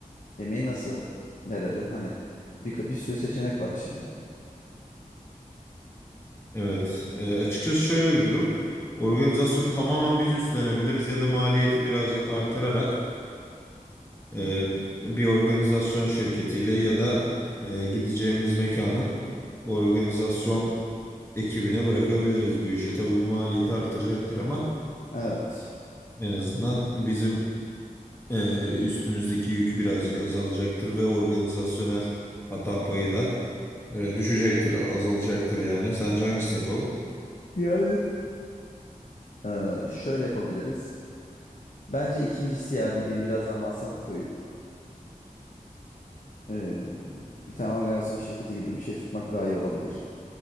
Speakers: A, on the left; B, on the left.
A: Yemeği nasıl verelim? Hani bir, bir sürü seçenek var şimdi.
B: Evet, e, açıkçası şöyle bir durum. Organizasyonu tamamen biz üstlenebiliriz ya da maliyeti birazcık artırarak e, bir organizasyon şirketiyle ya da e, gideceğimiz mekanın organizasyon ekibine bırakabiliriz bu işi. Tabii bu maliyeti artıracaktır ama
A: Evet.
B: en azından bizim e, üstümüzdeki yük birazcık azalacaktır ve organizasyonel hata payı da e, düşecektir, azalacaktır yani. Sence hangisini yapalım?
A: Yani Ee, şöyle yapabiliriz. Bence ikincisi ya dediğim biraz daha masraf koyup ee, bir tane organizasyon şirketi gibi bir şey tutmak daha iyi olabilir.